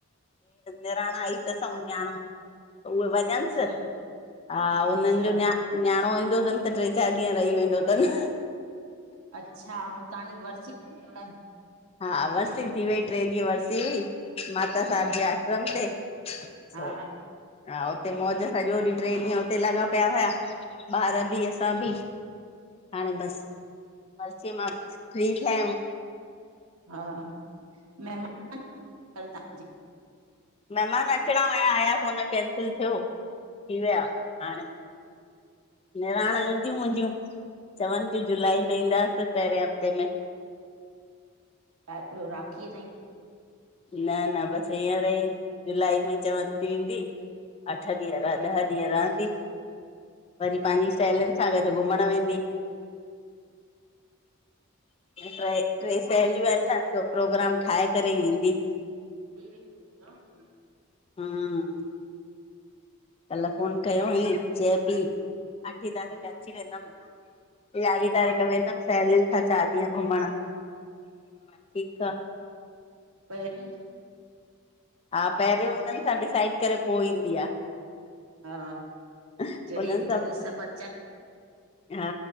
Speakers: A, on the left; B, on the right.
A: निराणु आई तसि ऐं न्यााणो उहे वञंसि
B: अच्छा
A: हा हुन्हनि
B: अच्छा
A: जो न्या न्याणो ईंदो थन त ट्रे चार ॾींहु रई वेंदो तन।
B: अच्छा ऐं तव्हांजी वरसी हा
A: हा वर्सी थी वई ट्रे ॾींहु हुअसि हुई माता
B: हा
A: साहिब जे आश्रम ते
B: हा
A: सो हा हुते मौज सॼो ॾींहु ट्रे ॾींहु हुते लॻा पिया हुया ॿार बि, असां बि, हाणे बसि। वर्सीय मां फ्री थ्या आयूं
B: हा मेहमान तव्हांजी।
A: मेहमान अचणा वया आया कोन कैंसिल थियो, थी विया हाणे निराण ईंदियूं मुंहिंजियुं चवनि थियूं जुलाई में ईंदासीं पहिरिये हफ़्ते में।
B: ऐं पै राखीअ ताईं
A: न न बसि हींअर ई जुलाई में चवनि थी ईंदी अठ ॾींहु रह ॾह ॾींहु रहंदी वरी पंहिंजी सहेलीयुनि सां गॾु घुमण वेंदी ट्रे ट्रे सहेलियूं आहिनि न पो प्रोग्राम ठाहे करे ईंदी
B: <unintelligible>
A: हम कल् फोन कयो वई चए पई अठी तारीख़ अची वेंदमि। यारहीं तारीख़ वेंदमि सहेलियुनि खां चार ॾींहं घुमण। ठीक आ।
B: <unintelligible>
A: हा पहिरियों हुननि डिसाइड करे पो ईंदी आ,
B: हा
A: हुननि
B: जॾहिं
A: सभ
B: जॾहिं सभु अचनि
A: हा